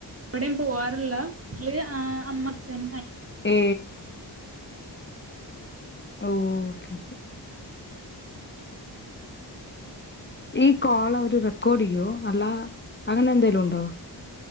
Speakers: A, on the right; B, on the left.
A: എവിടേം പോവാറില്ല വീട്ടില് അമ്മച്ഛൻ
B: ഏ ഓ ഓക്കെ ഓക്കെ ഈ കോൾ അവര് റെക്കോർഡി യ്യോ അല്ല അങ്ങനെ എന്തെലും ഉണ്ടോ